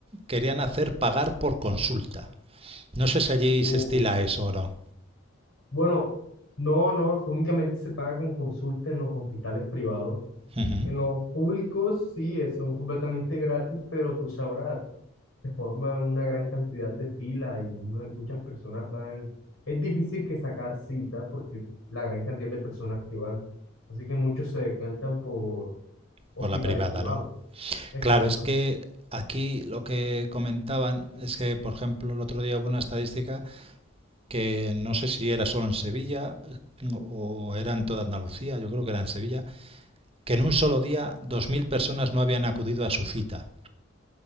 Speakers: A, on the right; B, on the left.
A: querían hacer pagar por consulta. No sé si allí
B: Uh,
A: se estila eso o no.
B: bueno, no, no, únicamente se paga con consulta en los hospitales privados.
A: Ujú.
B: En los públicos sí, eh, son completamente gratis, pero tú sabrás, se forman una gran cantidad de filas y mu- muchas personas van. Es difícil que sacar cita porque la gran cantidad de personas que van. Así que muchos se decantan por hospitales
A: Por la privada,
B: privados.
A: ¿no?
B: Exacto.
A: Claro, es que aquí lo que comentaban es que, por ejemplo, el otro día hubo una estadística que no sé si era solo en Sevilla o era en toda Andalucía, yo creo que era en Sevilla, que en un solo día 2.000 personas no habían acudido a su cita.